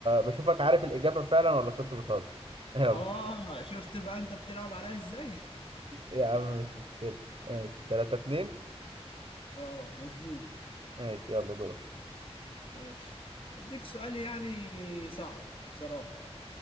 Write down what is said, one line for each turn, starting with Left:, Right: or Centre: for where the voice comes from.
Right: بشوفك عارف الإجابة فعلا ولا كنت بتهزر <laughs> يلا
Left: اه شفت بقى انت بتلعب عليا ازاي
Right: يا عم مش مشكلة ماشي 3 2
Left: اه مظبوط
Right: ماشي يلا دور
Left: ماشي اديك سؤال يعني صعب بصراحة